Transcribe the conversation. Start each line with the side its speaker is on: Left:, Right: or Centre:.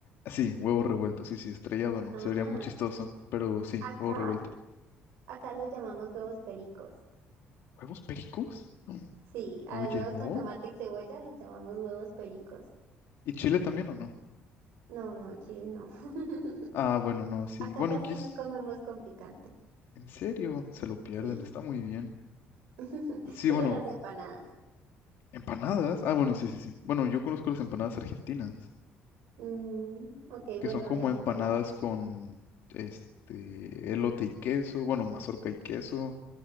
Left: Sí, huevo revuelto. Sí, sí, estrellado no.
Right: Ah,
Left: Se vería muy chistoso. Pero sí,
Right: acá,
Left: huevo revuelto.
Right: acá los llamamos huevos pericos.
Left: ¿Huevos pericos? Mm,
Right: Sí, a
Left: Oye,
Right: los huevos
Left: no.
Right: con tomate y cebolla los llamamos huevos pericos.
Left: ¿Y chile también o no?
Right: No, no, Chile no. <laughs>
Left: Ah, bueno, no, sí.
Right: Acá
Left: Bueno,
Right: casi
Left: aquí
Right: no
Left: es-
Right: comemos con picante.
Left: en serio, se lo pierden,
Right: Sí,
Left: está muy bien.
Right: <laughs>
Left: Sí,
Right: solo
Left: bueno,
Right: las empanadas.
Left: empanadas. Ah, bueno, sí, sí, sí. Bueno, yo conozco las empanadas argentinas,
Right: Mm, ok,
Left: que
Right: bueno,
Left: son como
Right: las
Left: empanadas
Right: empanadas.
Left: con este elote y queso, bueno, mazorca y queso,